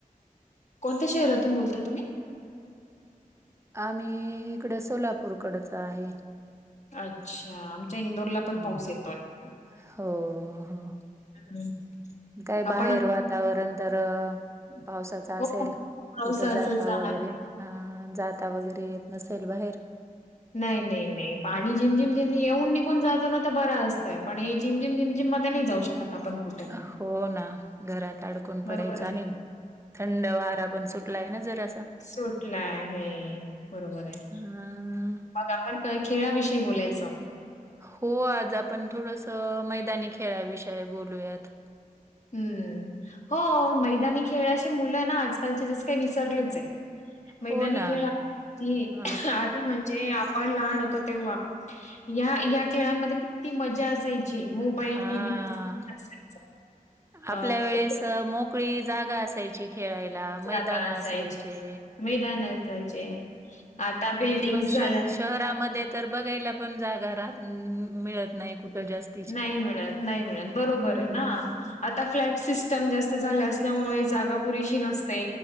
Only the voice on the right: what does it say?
आम्ही इकडं सोलापूरकडच आहे.
<unintelligible>
हो, हो.
काय
बाहेर वा वातावरण तर पावसाचं
असेल
कुठं जाता
वगैरे अ--जाता वगैरे येत नसेल बाहेर.
हो ना, घरात अडकून
पडायच
आणि थंड वारा पण सुटलाय ना जरासा.
अ
हो, आज आपण थोडसं मैदानी खेळाविषयी बोलूयात.
हो ना.
अ,
हां.
आपल्या
वेळेस
मोकळी जागा असायची. खेळायला
मैदान
असायचे.
श शहरामध्ये तर बघायला पण जागा राह मिळत नाही कुठं जास्त.
हम्म.